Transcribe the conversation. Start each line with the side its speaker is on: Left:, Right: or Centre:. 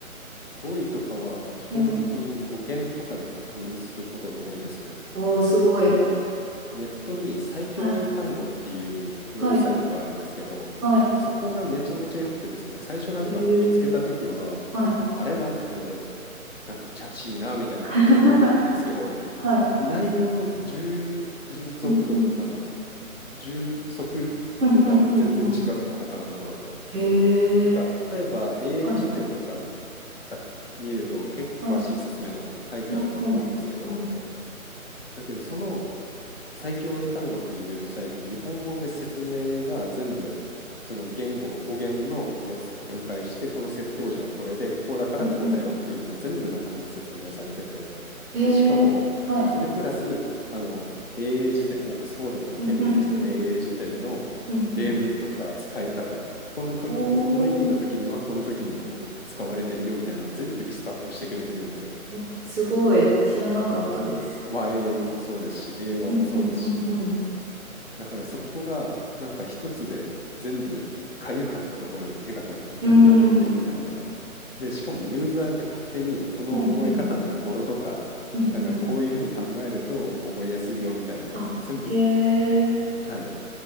Left: 語彙とかは基本的に語源とかで確認することが多いですね。
Right: うん。おー、すごい。
Left: あの、ネットに最強英単語っていうウェブサイトがあるんですけど、
Right: はい。はい。はい。
Left: そこがめちゃめちゃ良くてですね、最初なんか見つけた時は、
Right: へーはい。
Left: あれなんかこれ、なんかチャチいなみたいな感じで思ってたんですけど、
Right: <laughs> はい。
Left: 内容の充足度、
Right: うん。うん。
Left: あの、充足度が全然違くて、
Right: うん。うん。うんうん。
Left: 他のところと。
Right: へえ。
Left: なんか例えば英英辞典とか
Right: はい。
Left: だ見ると結構詳しい説明とかも書いてあるとは思うんですけど、
Right: はい。うん。うん。うん。
Left: だけどその最強英単語っていうウェブサイト、日本語で説明が全部、その言語、語源のやつを分解して、この接頭辞はこれで、こうだからこうだよっていうのを全部の単語説明されてて、
Right: うん。うんへえ。
Left: で、しかも、
Right: はい。
Left: それプラス、あの、英英辞典、オックスフォードとかケンブリッジの英英辞典の例文とか使い方、
Right: うん。うん。うん。うんうん。
Left: ここの時に、
Right: おー、
Left: この意味の時にはこの時に使われてるよみたいなのを全部リストアップしてくれてるんですよ。
Right: うんうんおすごい。知らなかったです。
Left: 和英もそうですし、英和もそうですし。
Right: うんうんうんうんうん。
Left: だからそこがなんか一つで全部かゆかったところに手が届く。
Right: うん
Left: なんでこんな意味なのみたいな。で、しかもユーザーが勝手にこの覚え方の語呂とか、
Right: うんうんうんうん
Left: なんかこういうふうに考えると覚えやすいよみたいなのを全部、
Right: あへえ
Left: はい、